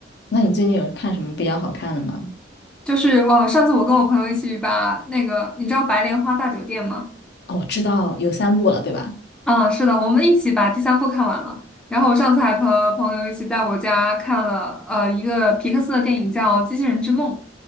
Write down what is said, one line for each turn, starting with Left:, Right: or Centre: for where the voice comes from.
Left: 那你最近有看什么比较好看的吗？
Centre: 就是我上次我跟我朋友一起把那个，你知道《白莲花大酒店》吗？
Left: 哦，我知道有三部了，对吧？
Centre: 嗯，是的，我们一起把第三部看完了。然后我上次还和朋友一起在我家看了呃一个皮克斯的电影叫《机器人之梦》。